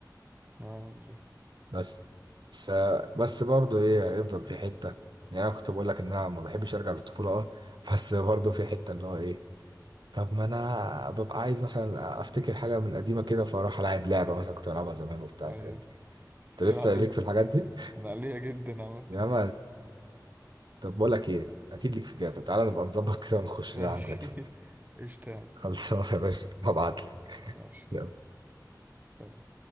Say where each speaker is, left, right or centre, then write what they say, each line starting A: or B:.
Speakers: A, on the right; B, on the right.
A: اه بالظبط
B: بس بس بس برضه ايه هيفضل في حته يعني انا كنت بقول لك ان انا ما بحبش ارجع للطفوله اه بس برضه في حته اللي هو ايه طب ما انا ببقى عايز مثلا افتكر حاجه من قديمه كده فاروح العب لعبه مثلا كنت بلعبها زمان وبتاع
A: ايوه
B: الحاجات دي انت
A: تلعب
B: لسه ليك
A: ايه؟
B: في الحاجات دي
A: انا قلية جدا عامة
B: يا عم طب بقول لك ايه اكيد ليك في جاتا تعالى نبقى نظبط كده ونخش
A: ماشي
B: نلعب جاتا
A: <laughs> ايش تمام
B: <laughs> خلصانه يا باشا هبعت
A: ماشي يلا.
B: لك
A: سلام